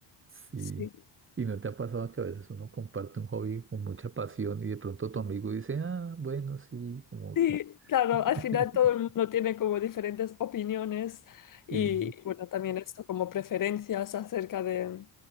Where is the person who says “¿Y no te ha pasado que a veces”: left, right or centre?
Right